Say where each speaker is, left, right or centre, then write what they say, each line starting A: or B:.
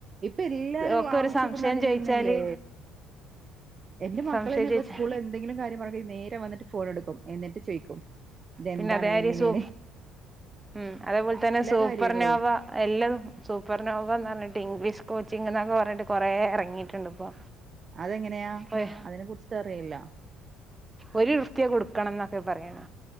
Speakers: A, on the right; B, on the right.
A: ഇപ്പൊ എല്ലാരും
B: ഒക്കെ
A: ആവശ്യപ്പെടണം
B: ഒരു സംശയം
A: അതിനന്നെയല്ലേ
B: ചോദിച്ചാല്
A: എന്റെ മക്കള
B: സംശയം
A: തന്നെ
B: ചോദിച്ചാ
A: ഇപ്പ സ്കൂളിൽ എന്തെങ്കിലും കാര്യം പറ നേരെ വന്നട്ട് ഫോൺ എടുക്കും എന്നിട്ട് ചോയിിക്കും ഇതെന്താണ്
B: പിന്നെ അതേമാതിരി
A: എങ്ങനെയണ
B: സൂ ഉം അതേപോലെ തന്നെ സൂപ്പർനോവ
A: കാര്യങ്ങളും
B: എല്ലാതും സൂപ്പർ നോന്ന് പറഞ്ഞിട്ട് ഇംഗ്ലീഷ് കോച്ചിംഗ എന്നൊക്കെ പറഞ്ഞിട്ട് കുറെ ഇറങ്ങിട്ടുണ്ട് ഇപ്പൊ
A: അതെങ്ങനെയാ
B: ഒര്
A: അതിനെ കുറിച്ചിട്ട് അറിയില്ല
B: ഒരു വൃത്തിയെ കൊടുക്കണം എന്നൊക്കെ പറയണ